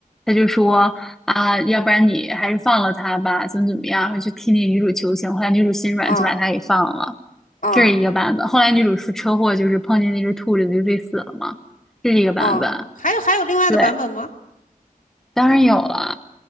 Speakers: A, in the centre; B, on the left (about 65°).
A: 他就说啊，要不然你还是放了他吧，怎么怎么样，然后就替那个女主求情，后来女主心软就把他给放了，
B: 啊啊
A: 这是一个版本。后来女主出车祸就是碰见那只兔子就自己死了嘛，这是一个版本。
B: 啊，还有还有另外的版本吗？
A: 对，当然有了，